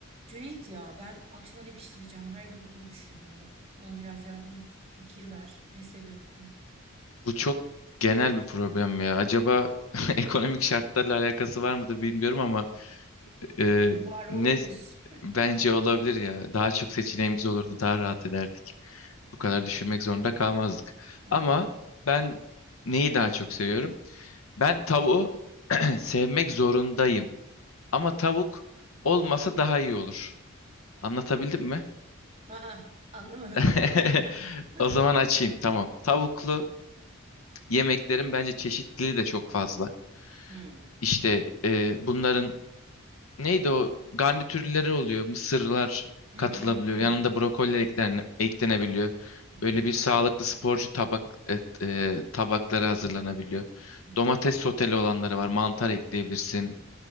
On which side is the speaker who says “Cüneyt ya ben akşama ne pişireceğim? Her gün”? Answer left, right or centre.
Right